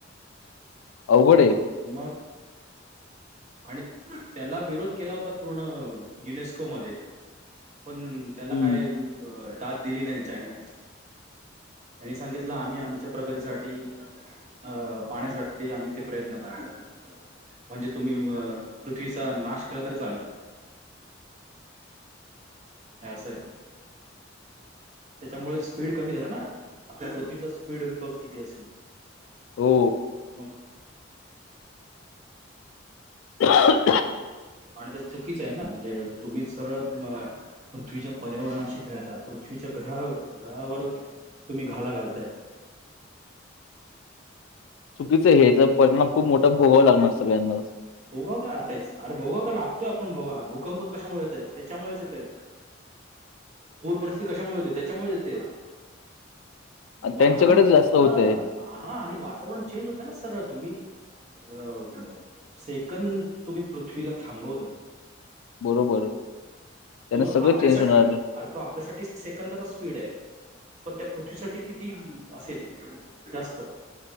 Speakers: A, on the left; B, on the right.
A: अवघडय.
B: मग. आणि त्याला विरोध केला होता पूर्ण, युनेस्कोमध्ये. पण त्याला
A: हम्म
B: काय, दाद दिली नाही चायनाने. आणि सांगितलं, आम्ही आमच्या प्रगतीसाठी अ पाण्यासाठी, आम्ही ते प्रयत्न करणार. म्हणजे तुम्ही अ पृथ्वीचा, नाश केला तरी चालेल. हे असंय. त्याच्यामुळे स्पीड कमी झाला ना. आपल्या पृथ्वीचा स्पीड बघ किती असेल.
A: हो
B: मग.
A: <inaudible>
B: आणि ते चुकीचं आहे ना, म्हणजे तुम्हीच सरळ पृथ्वीच्या पर्यावरणाशी खेळता, पृथ्वीच्या ग्रह ग्रहावर तुम्ही घाला घालताय.
A: चुकीचं आहे हेचा परिणाम खूप मोठा भोगावं लागणार सगळ्यांनाच.
B: भोगो आता, अरे भोगो का लागतोय आपण भोगा, भूकंप कशामुळे येताय? त्याच्यामुळेच येताय. पूर परिस्थिती कशामुळे होेते? त्याच्यामुळे येते.
A: आणि
B: वातावरण,
A: त्यांच्याकडेच जास्त
B: हा,
A: होतंय
B: हा आणि वातावरण चेंज होत ना सरळ, तुम्ही अ सेकंद तुम्ही पृथ्वीला थांबवताय.
A: बरोबर. त्यांना
B: तो
A: सगळं
B: आपल्यासाठी,
A: चेंज होणार
B: अरे तो आपल्यासाठी सेकंदाचा स्पीड आहे. पण त्या पृथ्वीसाठी किती असेल जास्त?